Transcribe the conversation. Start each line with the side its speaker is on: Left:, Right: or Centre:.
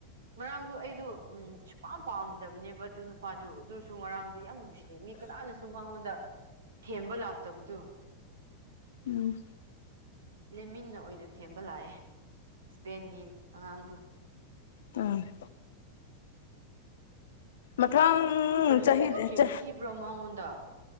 Right: ꯉꯔꯥꯡꯗꯣ ꯑꯩ ꯗꯨ ꯎꯝ ꯁꯨꯄꯥꯝ ꯄꯥꯝꯗꯕꯅꯦꯕ ꯑꯗꯨ ꯅꯨꯄꯥꯗꯨ ꯑꯗꯨꯁꯨ ꯉꯔꯥꯡꯗꯤ ꯌꯥꯝ ꯅꯨꯡꯁꯤ ꯃꯤ ꯀꯅꯥꯅꯁꯨ ꯃꯥꯉꯣꯟ ꯗ ꯊꯦꯝꯕ ꯂꯥꯛꯇꯕꯗꯨ
Left: ꯎꯝ
Right: ꯂꯦꯝꯃꯤꯟꯅ ꯑꯣꯏꯅ ꯊꯦꯝꯕ ꯂꯥꯛꯑꯦ ꯁ꯭ꯄꯦꯟꯒꯤ ꯑꯉꯥꯡꯗꯨ
Left: ꯎꯝ ꯃꯊꯪ
Right: ꯑꯗꯣ ꯃꯣꯏ ꯀꯔꯤꯒꯤ
Left: ꯆꯍꯤꯗ
Right: ꯑꯗꯨꯛ ꯌꯦꯡꯊꯤꯕ꯭ꯔ ꯃꯉꯣꯟꯗ